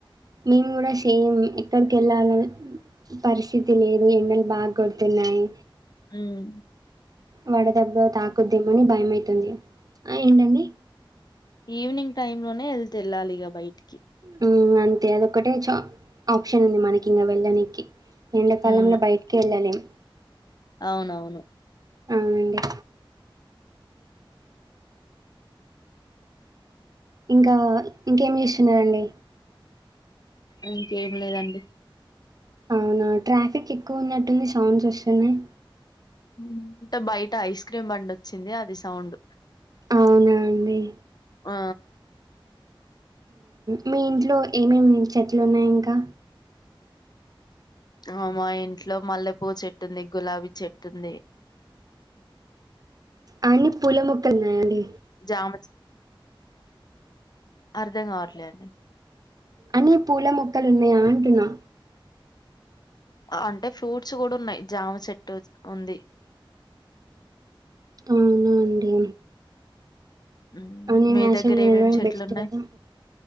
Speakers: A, on the right; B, on the left.
A: మేము కూడా సేమ్ ఎక్కడికి వెళ్ళాలి పరిస్థితి లేదు ఎండలు బాగా కొడుతున్నాయి
B: ఉమ్
A: వడదెబ్బ తాకుద్దేమో అని భయమైతుంది ఆ ఏంటండి
B: ఈవినింగ్ టైమ్ లోనే వెళ్తే వెళ్ళాలిగా బయటికి
A: హు అంతే అదొకటే చ ఆప్షన్ ఉంది మనకి ఇంకా వెళ్ళనికి ఎండాకాలంలో
B: మ్మ్
A: బయటికి వెళ్ళలేం
B: అవునవును
A: అవునండి ఇంకా ఇంకేమి చేస్తున్నారంండి
B: ఇంకేం లేదండి
A: అవునా ట్రాఫిక్ ఎక్కువ ఉన్నట్టుంది సౌండ్స్ వస్తున్నాయి
B: ఉమ్ ఉంట్ బయట ఐస్ క్రీమ్ బండి వచ్చింది అది సౌండ్
A: అవునా అండి?
B: ఆ
A: మీ ఇంట్లో ఏమేమి చెట్లు ఉన్నాయి ఇంకా
B: ఆ మా ఇంట్లో మల్లెపూవ్ చెట్టుంది గులాబీ చెట్టుంది
A: అన్ని పూల మొక్కన్నాయంండి
B: జామ చె అర్ధం కావట్లే అండి
A: అని పూల మొక్కలున్నాయా అంటున్నా
B: అంటే ఫ్రూట్స్ కూడా ఉన్నాయి జామ చెట్టు ఉంది
A: అవున అండి
B: మ్మ్
A: అవు నేను
B: మీ
A: యాచనల్
B: దగ్గర
A: తినడం
B: ఏమేమి చెట్లు
A: బెస్ట్
B: ఉన్నాయి
A: కదా